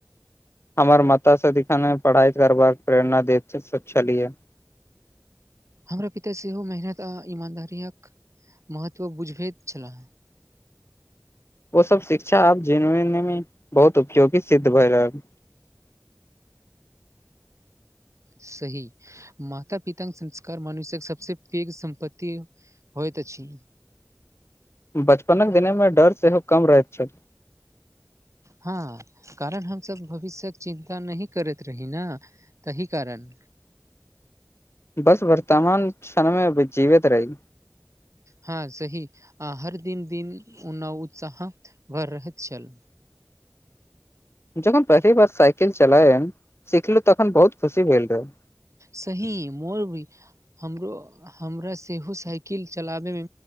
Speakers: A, on the left; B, on the right.
A: हमर माता सदिखने पढ़ाई करबाक प्रेरणा दे छलियै
B: हमरा पिता सेहो मेहनत आ ईमानदारियक महत्व बुझबैत छलए हँ
A: ओ सब शिक्षा आब जेनवनमे बहुत उपयोगी सिद्ध भए रहल
B: सही माता पित संस्कार मनुषक सबस पेघ सम्पत्तति हो तऽ छी
A: बचपनक दिने मे डर सेहो कम रहैत छल
B: हँ कारण हमसभ भविष्यके चिन्ता नहि करैत रही ने तही कारण
A: बस वर्तमान क्षणमे जीवित रही
B: हँ सही आ हर दिन दिन उ उत्साह भर रहेत छल
A: जखन पहिली बार साइकिल चलायम सिखलु तखन बहुत खुशी भेल रहे
B: सही मोल भऽ हमरो हमरा सेहो साइकिल चलाबैमे